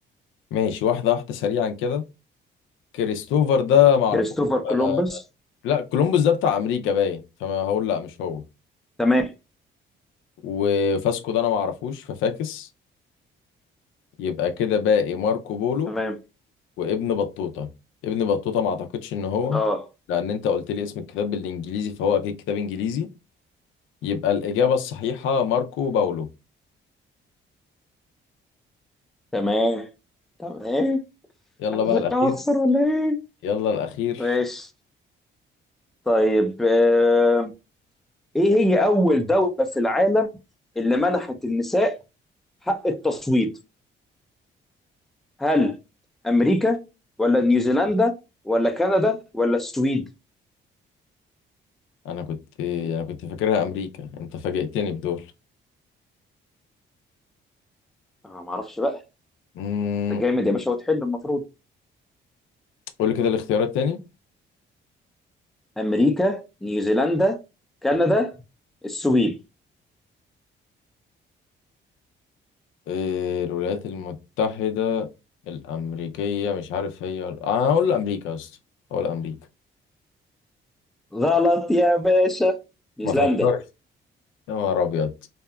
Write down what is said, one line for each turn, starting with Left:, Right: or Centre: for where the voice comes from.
Left: ماشي واحدة واحدة سريعا كده كريستوفر ده معرفوش
Centre: كريستوفر كولومبوس
Left: آه، لا كولومبوس ده بتاع أمريكا باين فما هقول لا مش هو
Centre: تمام
Left: وفاسكو ده انا ما اعرفوش ففاكس يبقى كده باقي ماركو بولو
Centre: تمام
Left: وابن بطوطة ابن بطوطة ما اعتقدش ان هو
Centre: اه
Left: لان انت قلت لي اسم الكتاب بالانجليزي فهو اكيد كتاب انجليزي يبقى الاجابة الصحيحة ماركو باولو
Centre: تمام تمام
Left: يلا
Centre: انا
Left: بقى الاخير
Centre: شكلها هخسر ولا ايه؟
Left: يلا الاخير
Centre: ماشي طيب آه، ايه هي اول دولة في العالم اللي منحت النساء حق التصويت هل امريكا ولا نيوزيلندا ولا كندا ولا السويد
Left: انا كنت انا كنت فاكرها امريكا انت فاجئتني بدول
Centre: انا ما اعرفش بقى
Left: امم
Centre: انت جامد يا باشا وتحل المفروض
Left: قول لي كده الاختيارات تاني
Centre: امريكا نيوزيلندا كندا السويد
Left: إيه الولايات المتحدة الامريكية مش عارف هي انا هقول امريكا يا اسطى هقول امريكا
Centre: غلط يا باشا نيوزيلندا
Left: ما تهزرش يا نهار ابيض